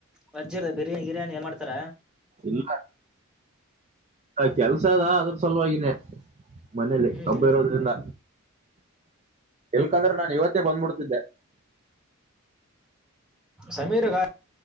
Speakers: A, in the centre; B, on the right.
A: ಬಜ್ಜ ಬಿರಿಯಿ ಗಿರಿಯಿ ಏ ಮಾಡ್ತಾರ.
B: ಇಲ್ಲ ಹ ಕೆಲ್ಸ ಅದ ಅದ್ರ ಸಲುವಾಗಿನೆ ಮನೇಲಿ
A: ಹ್ಮ್
B: ಹಬ್ಬ
A: ಹ್ಮ್
B: ಇರೋದ್ರಿಂದ ಎಲ್ಕಂದ್ರೆ ನಾನ್ ಇವತ್ತು ಇವತೆ ಬಂದ್ಬಿಡ್ತಿದ್ದೆ
A: ಸಮೀರ್ಗ